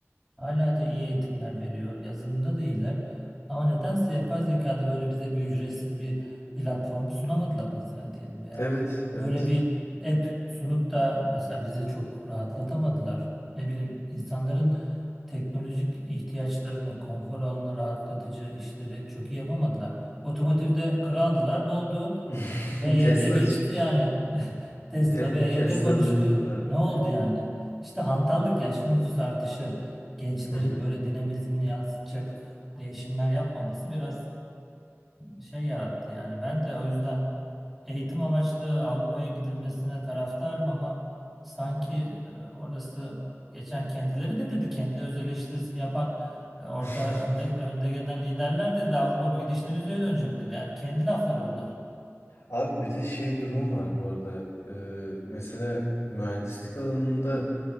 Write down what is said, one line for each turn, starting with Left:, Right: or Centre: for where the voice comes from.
Centre: Hala da iyi eğitimler veriyor. Yazılımda da iyiler. Ama nedense yapay zekada böyle bize bir ücretsiz bir platform sunamadılar mesela diyelim veya
Left: Evet, evet.
Centre: böyle bir app sunup da mesela bizi çok rahatlatamadılar. Ne bileyim insanların teknolojik ihtiyaçlarını, konfor alanını, rahatlatıcı işleri çok iyi yapamadılar. Otomotivde kraldılar. Ne oldu?
Left: <laughs>
Centre: B Y
Left: Tesla
Centre: D geçti
Left: çık-
Centre: yani. <laughs> Tesla
Left: Te
Centre: B Y
Left: Tesla
Centre: D konuşuluyor.
Left: da bitirdi abi.
Centre: Ne oldu yani? İşte hantallık, yaşlı nüfus artışı gençlerin
Left: Hı hı.
Centre: böyle dinamizmini yansıtacak değişimler yapmaması biraz e, şey yarattı. Yani ben de o yüzden eğitim amaçlı Avrupa'ya gidilmesine taraftarım ama sanki e, orası geçen kendileri de dedi kendi öz eleştirisini yapan yani Orada
Left: <laughs>
Centre: önde, önde gelen liderler de dedi Avrupa bu gidişle müziğe dönecek dedi. Yani kendi lafları bunlar.
Left: Abi bir de şey durumu var bu arada. Ee, mesela mühendislik alanında